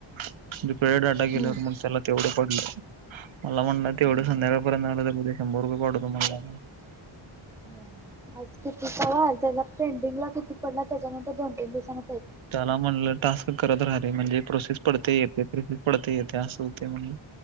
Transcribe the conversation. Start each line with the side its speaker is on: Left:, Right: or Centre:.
Right: <inaudible> वेळेत डाटा गेल्यावर,
Centre: हम्म
Right: मग त्याला तेवढं पडल. मला म्हनलं
Centre: हम्म
Right: तेवढं संध्याकाळपर्यंत नाही झाल तर उद्या शंभर रुपये पाठवतो म्हनला.
Centre: हो आज किती पवाल? त्याला पेंडिंग ला किती पडला? त्याच्यानंतर दोन तीन दिवसान
Right: त्याला म्हणलं टास्क करत राहणे, म्हणजे प्रोसेस पडते, येते, प्रिपी पडते येते, असं होते म्हणे.